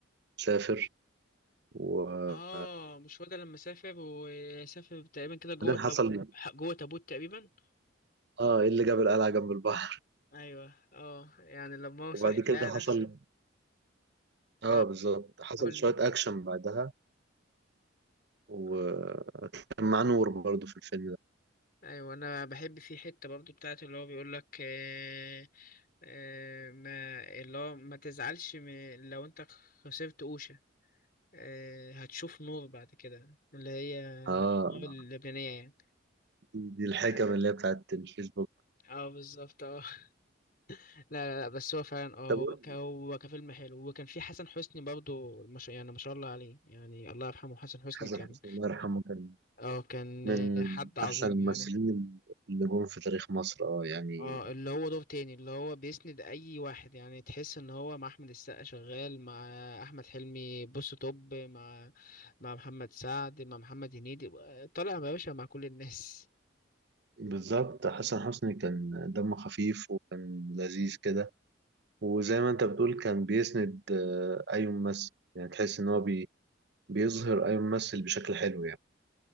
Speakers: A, on the right (about 60°); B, on the left (about 50°).
A: سافر وبعدين
B: اه مش هو ده لما سافر وسافر تقريبا كده جوه تاب...
A: حصل
B: جوه تابوت تقريبا
A: اه ايه اللي جاب القلعة جنب البحر
B: ايوه اه يعني لما هو صحي
A: وبعد كده
B: لقى
A: حصل
B: نفسه
A: اه
B: اه
A: بالظبط حصل
B: قول
A: شوية أكشن بعدها وكان
B: آه.
A: مع نور برضه في الفيلم ده
B: ايوه انا بحب في حته برضو بتاعت اللي هو بيقول لك آه... آه... ما اللي هو ما تزعلش م... لو انت خسرت قوشة آه... هتشوف نور بعد كده اللي هي
A: اه
B: النور اللبنانية
A: دي دي الحكم
B: يعني
A: اللي هي بتاعت الفيسبوك
B: اه بالظبط اه <laughs> لا لا لا بس هو فعلا اه
A: طب
B: هو
A: قول
B: ك-
A: لي،
B: هو كفيلم حلو وكان في حسن حسني برضو مش يعني ما شاء الله عليه يعني الله يرحمه حسن حسني
A: حسن
B: كان
A: حسني الله يرحمه كان
B: اه كان
A: من
B: حد عظيم
A: أحسن الممثلين
B: يعني
A: اللي جم في تاريخ مصر اه يعني
B: اه اللي هو دور تاني اللي هو بيسند اي واحد يعني تحس ان هو مع احمد السقا شغال مع احمد حلمي بص توب مع مع محمد سعد مع محمد هنيدي طالع يا باشا مع كل الناس
A: بالظبط حسن حسني كان دمه خفيف وكان لذيذ كده وزي ما انت بتقول كان بيسند آه، اي ممثل يعني تحس ان هو بي بيظهر اي ممثل بشكل حلو يعني